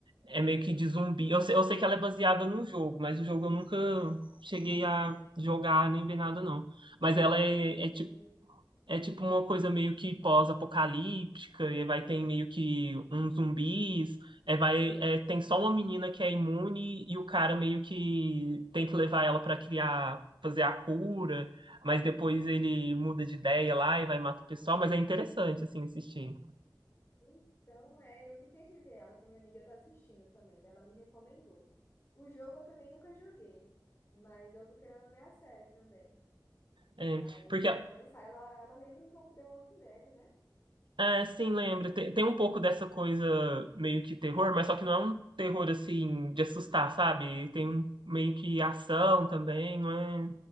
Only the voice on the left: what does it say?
Eu também
nunca joguei.
Então, é, eu fiquei de ver ela, que a minha amiga tá assistindo também, daí ela me recomendou. O jogo eu também nunca joguei, mas eu tô querendo ver a série também.
Aí
eu quero começar. Ela, ela lembra um pouco The Walking Dead, né?